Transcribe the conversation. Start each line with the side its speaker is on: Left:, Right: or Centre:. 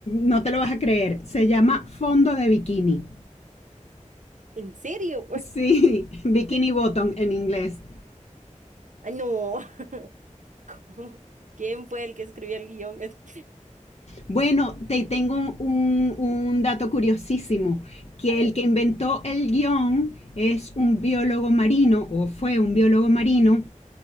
Left: no te lo vas a creer. Se llama fondo de bikini.
Right: ¿En serio? güey?
Left: Sí, <laughs>
Right: <laughs>
Left: bikini bottom en inglés.
Right: Ay, no. <laughs> ¿Cómo? ¿Quién fue el que escribió el guión? <laughs>
Left: Bueno, te tengo un, un dato curiosísimo, que
Right: A ver.
Left: el que inventó el guión es un biólogo marino, o fue un biólogo marino,